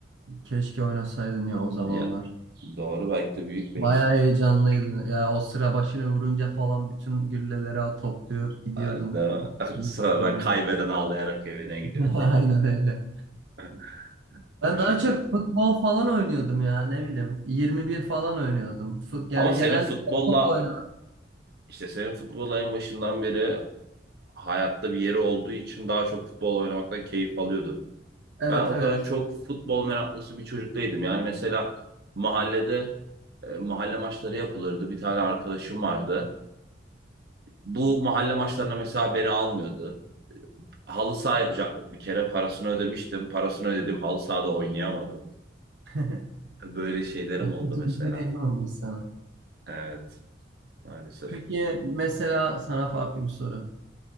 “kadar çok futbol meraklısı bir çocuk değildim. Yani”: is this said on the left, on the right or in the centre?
Right